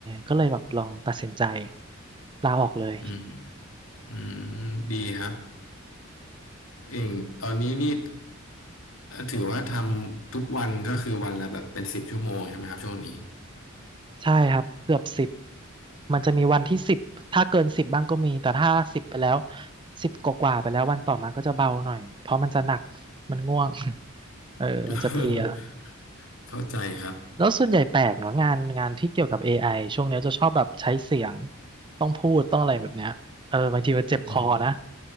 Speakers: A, on the right (about 25°); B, on the left (about 70°).
A: ก็เลยแบบลองตัดสินใจลาออกเลย
B: อืมอืมดีครับเองตอนนี้นี่ถือว่าทำทุกวันก็คือวันละแบบเป็นสิบชั่วโมงใช่ไหมครับช่วงนี้
A: ใช่ครับเกือบสิบมันจะมีวันที่สิบถ้าเกินสิบบ้างก็มีแต่ถ้าสิบไปแล้วสิบกว่าๆไปแล้ววันต่อมาก็จะเบาหน่อย เพราะมันจะหนัก มันง่วง <laughs> เออมันจะเพลีย
B: <laughs> เข้าใจครับ
A: แล้วส่วนใหญ่แปลกเนาะงานงานที่เกี่ยวกับ AI ช่วงเนี้ยจะชอบแบบใช้เสียงต้องพูดต้องอะไรแบบเนี้ยเออบางทีมันเจ็บคอนะ
B: อืม